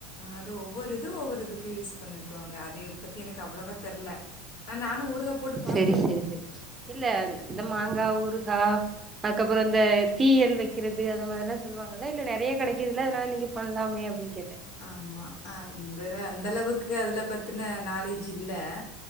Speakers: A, on the left (about 65°); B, on the right (about 25°).
A: அது ஒவ்வொரு இது ஒவ்வொருதுக்கு யூஸ் பண்ணிக்குவாங்க அத பத்தி எனக்கு அவ்வளவா தெர்ல ஆனா நானும் ஊறுகா போட்டு
B: செரி
A: பாத்தே.
B: செரி செரி இல்ல இந்த மாங்கா ஊர் கா அதுக்கப்புறோ அந்த தீயல் வெக்கிறது அந்த மாரி எல்லா சொல்லுவாங்கல்ல இல்ல நெறயா கெடைக்குதுல்ல அதனால நீங்க பண்ணலாமே அப்டின்னு கேட்ட
A: ஆமா அந்த அந்த அளவுக்கு அதுல பத்தின நாலேஜ் இல்லை